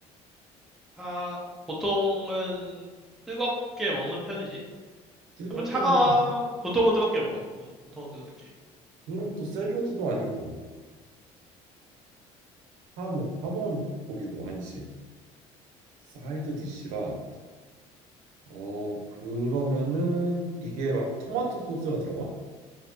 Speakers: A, in the centre; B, on the right (about 70°).
A: 차... 보통은 뜨겁게 먹는 편이지.
B: 뜨겁게
A: 뭐 차가
B: 먹으면
A: 보통은 뜨겁게 먹어. 응, 보통은 뜨겁게.
B: 그럼 또 샐러드도 아니고 하몽 하몽은 고기고 아니지. 사이드 디시라. 어 그러면은 이게 막 토마토 소스가 들어가?